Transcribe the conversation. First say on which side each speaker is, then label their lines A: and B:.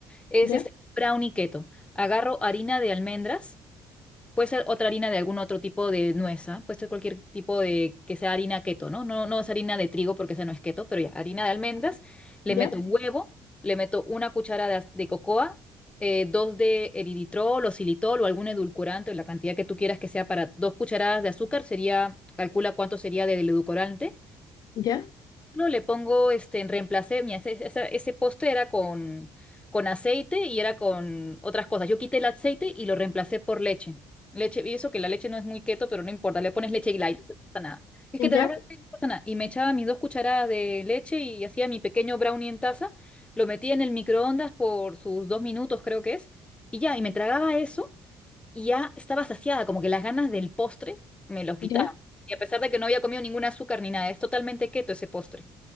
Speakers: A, on the left; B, on the left.
A: Es
B: ¿Ya?
A: este brownie keto. Agarro harina de almendras Puede ser otra harina de algún otro tipo de nuez, ¿ah? Puede ser cualquier tipo de que sea harina keto, ¿no? No, no es harina de trigo porque esa no es keto, pero ya, harina de almendras. Le
B: Ya,
A: meto un huevo, le meto una cuchara de, az- de cocoa, eh, dos de eritritol o xilitol o algún edulcorante, o la cantidad que tú quieras que sea para dos cucharadas de azúcar, sería, calcula cuánto sería del edulcorante.
B: ya,
A: No, le pongo, este, en reemplacé, mira, ese, ese- ese postre era con, con aceite y era con otras cosas. Yo quité el aceite y lo reemplacé por leche. Leche, y eso que la leche no es muy keto, pero no importa, le pones leche y light, eso no pasa nada. Es que
B: ya,
A: te de verdad no pasa nada. Y me echaba mis dos cucharadas de leche y hacía mi pequeño brownie en taza, lo metía en el microondas por sus dos minutos, creo que es, y ya, y me tragaba eso y ya estaba saciada, como que las ganas del postre me los quitaba.
B: ya.
A: Y a pesar de que no había comido ningún azúcar ni nada, es totalmente keto ese postre